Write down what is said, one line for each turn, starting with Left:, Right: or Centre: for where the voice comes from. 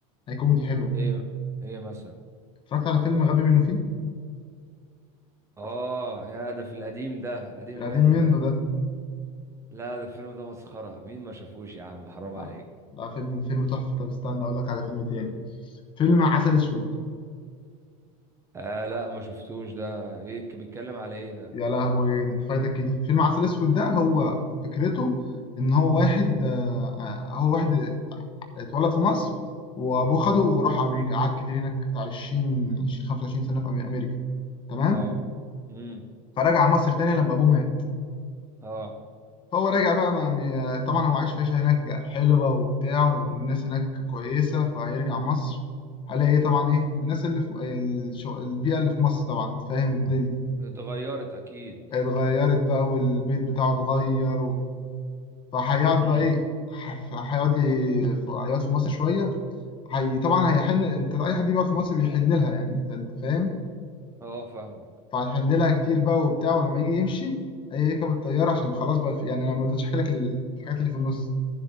Left: هي كوميدي حلوة
Right: ايه ايه مثلا
Left: اتفرجت على فيلم غبي منه فيه
Right: اه يا ده في القديم ده القديم
Left: القديم
Right: منه
Left: منه
Right: ده
Left: ده
Right: لا ده الفيلم ده مسخرة مين ما شافوش يا عم حرام
Left: آه،
Right: عليك
Left: لا فيلم فيلم تحفة طب استنى أقول لك على فيلم تاني فيلم عسل أسود
Right: آه لا ما شفتوش ده بيك بيتكلم على ايه ده
Left: يا لهوي انت فايتك كده فيلم عسل اسود ده هو فكرته ان هو واحد آه، هو واحد اتولد في مصر وابوه خده وراح امريكا قعد كتير هناك بتاع 20 20 25 سنه في أمي- امريكا تمام
Right: اه امم
Left: فرجع مصر تاني لما ابوه مات
Right: اه
Left: فهو راجع بقى ما ما- طبعا هو عايش في عيشه هناك حلوه وبتاع والناس هناك كويسه فهيرجع مصر هلاقي ايه طبعا ايه الناس اللي في الشو- البيئه اللي في مصر طبعا أنت فاهم الدنيا
Right: اتغيرت اكيد
Left: اتغيرت بقى والبيت بتاعه اتغير فهيقعد
Right: امم
Left: بقى ايه ح- هيقعد ي- ف- هيقعد في مصر شويه هي طبعا هيحن انت اي حد بيقعد في مصر بيحن لها يعني انت انت فاهم
Right: اه فاهمك
Left: فهيحن لها كتير بقى وبتاع ولما يجي يمشي هيركب الطياره عشان خلاص بقى في... يعني انا ما رضيتش احكي لك ال- الحاجات اللي في النص